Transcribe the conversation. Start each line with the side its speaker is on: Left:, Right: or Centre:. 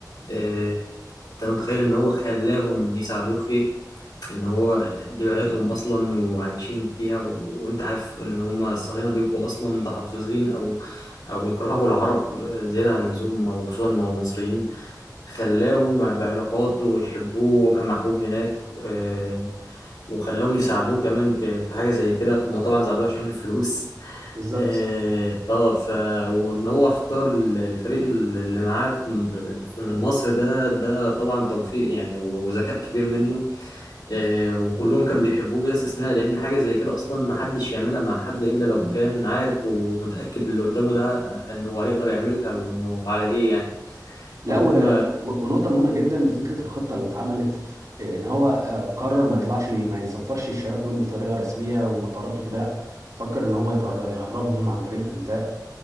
Left: آه، انت متخيل ان هو خلاهم يساعدوه في ايه ان هو دي بلدهم اصلا وعايشين فيها و... وانت عارف ان هم الصهاينه بيبقوا اصلا متحفظين او او بيكرهوا العرب آه، زياده عن اللزوم او خصوصا المصريين خلاهم بعلاقاته يحبوه وكان محبوب هناك آه، وخلاهم يساعدوه كمان في في حاجه زي كده هم طبعا ساعدوه عشان الفلوس
Right: بالظبط
Left: <laughs> اه آه، ف وان هو اختار ال- الفريق اللي معاه في- في- من مصر ده ده طبعا توفيق يعني و- وذكاء كبير منه آه، وكلهم كانوا بيحبوه بلا استثناء لأن حاجة زي كده أصلا محدش يعملها مع حد إلا لو كان عارف ومتأكد اللي قدامه ده إنه هيقدر يعملها وإنه على إيه يعني
Right: لا
Left: فهم
Right: و... و- ونقطة مهمة جدا فكرة الخطة اللي اتعملت آه، ان هو آه، قرر ما يطلعش ما يسفرش الشباب دول بطريقة رسمية ومطارات وكده لا فكر ان هو يطر- يهربهم عن طريق الانفاق